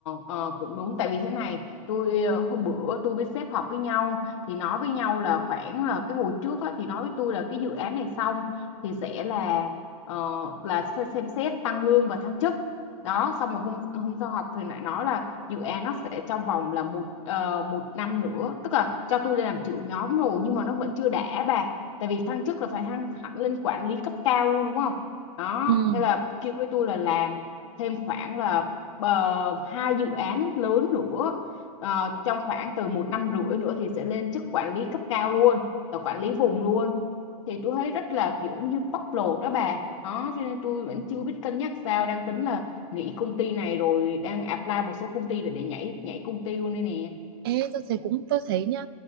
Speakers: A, on the left; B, on the right.
A: ờ, cũng đúng tại vì thế này tôi ờ, hôm bữa tôi với sếp họp với nhau thì nói với nhau là khoảng là cái hồi trước á, thì nói với tôi là cái dự án này xong thì sẽ là ờ, là xe- xem xét tăng lương và thăng chức đó xong rồi hôm hôm sau họp thì lại nói là dự án nó sẽ trong vòng là một ờ, một năm nữa tức là cho tôi lên làm trưởng nhóm rồi nhưng mà nó vẫn chưa đã bà tại vì thăng chức là phải thăng hẳn lên quản lý cấp cao luôn đúng không đó
B: Ừ.
A: thế là kêu với tôi là làm thêm khoảng là ờ, hai dự án lớn nữa Ờ, trong khoảng từ một năm rưỡi nữa thì sẽ lên chức quản lý cấp cao luôn là quản lý vùng luôn thì tôi thấy rất là kiểu như bóc lột đó bà đó cho nên tôi vẫn chưa biết cân nhắc sao đang tính là nghỉ công ty này rồi đang apply một số công ty để để nhảy nhảy công ty luôn đây nè
B: Ê, tôi thấy cũng tôi thấy nhá